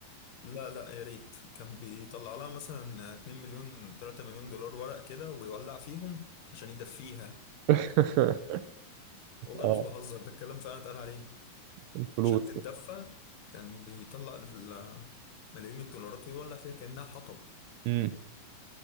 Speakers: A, on the left; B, on the right.
A: لا لا يا ريت كان بيطلع لها مثلا 2 مليون 3 مليون دولار ورق كده ويولع فيهم عشان يدفيها
B: <laughs>
A: والله
B: اه
A: مش بهزر ده الكلام فعلا اتقال عليه
B: الفلوس
A: عشان تتدفى كان بيطلع ال- ملايين الدولارات ويولع فيها كأنها حطب
B: امم